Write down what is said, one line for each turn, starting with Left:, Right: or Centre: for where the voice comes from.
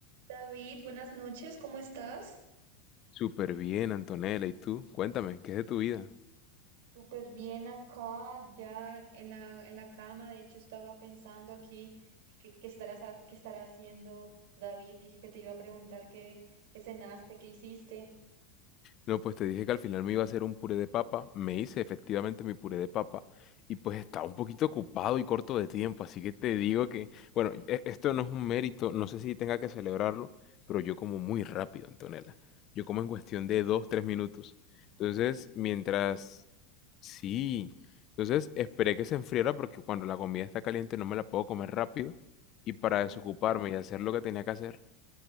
Right: David, buenas noches, ¿cómo estás?
Left: Súper bien, Antonella. ¿Y tú? Cuéntame, ¿qué es de tu vida?
Right: Súper bien acá, ya en la, en la cama. De hecho, estaba pensando aquí qué qué estarás, ha- qué estará haciendo David. Dije que te iba a preguntar qué, qué cenaste, qué hiciste.
Left: No, pues te dije que al final me iba a hacer un puré de papa. Me hice efectivamente mi puré de papa. Y pues estaba un poquito ocupado y corto de tiempo. Así que te digo que, bueno, e- esto no es un mérito. No sé si tenga que celebrarlo, pero yo como muy rápido, Antonella. Yo como en cuestión de dos, tres minutos. Entonces,
Right: ¿En serio?
Left: mientras... Sí. Entonces esperé que se enfriara porque cuando la comida está caliente no me la puedo comer rápido. Y
Right: Ajá.
Left: para desocuparme y hacer lo que tenía que hacer.